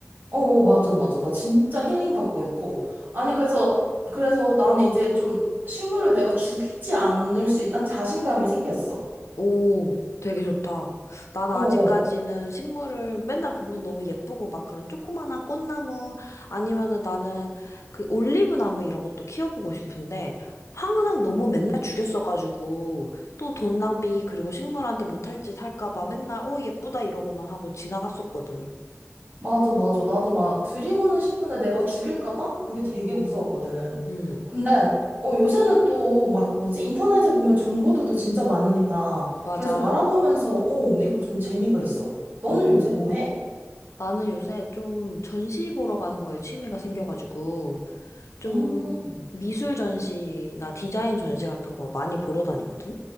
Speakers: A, on the right (about 40°); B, on the left (about 80°).
A: 어, 어, 맞아, 맞아. 나 진짜 힐링 받고 있고. 아니, 그래서, 그래서 나는 이제 좀 식물을 내가 죽이지 않을 수 있다는 자신감이 생겼어.
B: 오, 되게 좋다. 난 아직까지는
A: 어, 어.
B: 식물을 맨날 보면 너무 예쁘고 막 그런 조그만한 꽃나무 아니면은 나는 그 올리브 나무 이런 것도 키워보고 싶은데 항상 너무 맨날 죽였어가지고 또 돈 낭비 그리고 식물한테 못할 짓 할까 봐 맨날 어 예쁘다 이러고만 하고 지나갔었거든.
A: 맞아, 맞아. 나도 막 드리고는 싶은데 내가 죽일까봐? 그게 되게 무서웠거든.
B: 음,
A: 근데, 어, 요새는 또 막 뭐지? 인터넷에 보면 정보들도 진짜 많으니까
B: 맞아.
A: 계속 알아보면서, 어, 이거 좀 재미가 있어. 너는
B: 오,
A: 요새 뭐 해?
B: 나는 요새 좀 전시 보러 가는 거에 취미가 생겨가지고, 좀
A: 음,
B: 미술 전시나 디자인 전시 같은 거 많이 보러 다니거든?